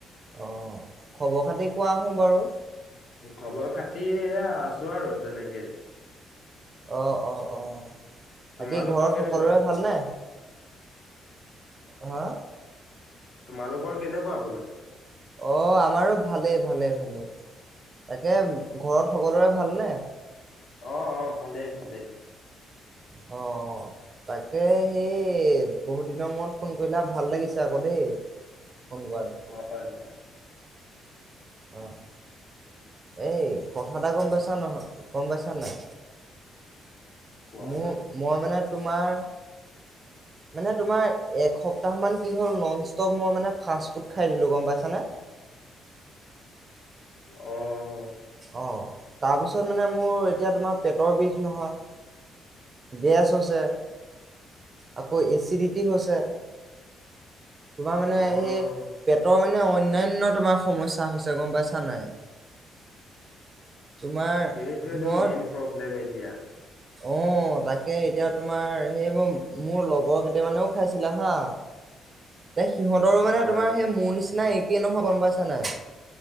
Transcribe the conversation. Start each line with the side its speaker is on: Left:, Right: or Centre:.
Right: অ' খবৰ খাতি কোৱা চোন বাৰু?
Left: খবৰ খাতি এইয়া আছো আৰু তেনেকেই।
Right: অ', অ', অ'।
Left: তোমালোকৰ
Right: বাকী ঘৰত
Left: কেনেকুৱা?
Right: সকলোৰে ভাল নে? হা'?
Left: তোমালোকৰ কেনেকুৱা বোলো?
Right: অ' আমাৰো ভালেই ভালেই ভালেই। বাকী ঘৰত সকলোৰে ভালনে?
Left: অ', অ' ভালেই ভালেই।
Right: অ'। তাকে সেই বহুত দিনৰ মূৰত ফোন কৰিলা ভাল লাগিছে আকৌ দেই। ফোন কৰা দেখি।
Left: হয়।
Right: অ' এই কথা এটা গ'ম পাইছা নহয় গ'ম পাইছা নে নাই?
Left: কোৱাচোন
Right: মোৰৰ মই মানে তোমাৰ
Left: <inaudible>
Right: মানে তোমাৰ এসপ্তাহ মান কি হ'ল নন ষ্টপ মই মানে ফাৰ্ষ্ট ফুড খাই দিলোঁ গ'ম পাইছানে?
Left: অ'
Right: অ' তাৰপিছত মানে মোৰ এতিয়া তোমাৰ পেটৰ বিষ নহয়। গেছ হৈছে। আকৌ এছিডিতি হৈছে। তোমাৰ মানে
Left: অ',
Right: সেই পেটৰ মানে অন্যান্য তোমাৰ সমস্যা হৈছে গ'ম পাইছানে নাই। তোমাৰ
Left: এইটোৱেটো
Right: মই
Left: মেইন প্ৰব্লেম এতিয়া।
Right: অ' তাকে এতিয়া তোমাৰ সেইবোৰ মোৰ লগৰ কেইটামানেও খাইছিলে হা
Left: <inaudible>
Right: মানে সিহঁতৰো মানে
Left: হয়।
Right: তোমাৰ সেই মোৰ নিচিনা একেই নহয় গ'ম পাইছা নাই।